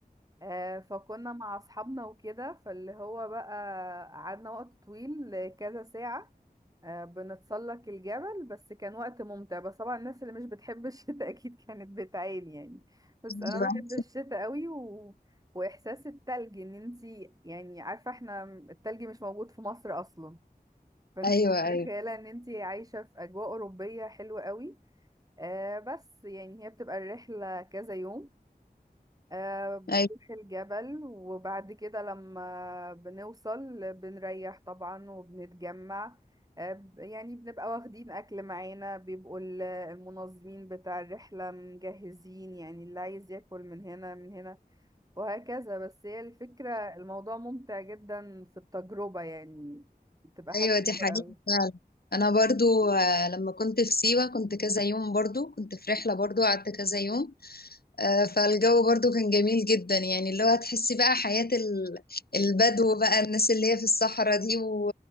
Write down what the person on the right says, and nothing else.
آه فكنا مع اصحابنا وكده فاللي هو بقى قعدنا وقت طويل آه، كذا ساعة آه، بنتسلق الجبل بس كان وقت ممتع بس طبعا الناس اللي مش بتحب الشتاء <laughs> اكيد كانت بتعاني يعني بس
انا بحب الشتاء قوي و... واحساس التلج ان انتي يعني عارفه احنا التلج مش موجود في مصر اصلا فانتي
<laughs> متخيله
ان انتي عايشه في اجواء اوروبيه حلوه قوي آه بس يعني هي بتبقى الرحله كذا يوم آه بنروح
الجبل وبعد كده لما بنوصل بنريح طبعا وبنتجمع آه ب- يعني بنبقى واخدين أكل معانا بيبقوا ال- المنظمين بتاع الرحلة مجهزين يعني اللي عايز ياكل من هنا من هنا وهكذا بس هي الفكرة الموضوع ممتع جدا في التجربة يعني بتبقى
حاجة
حلوة أوي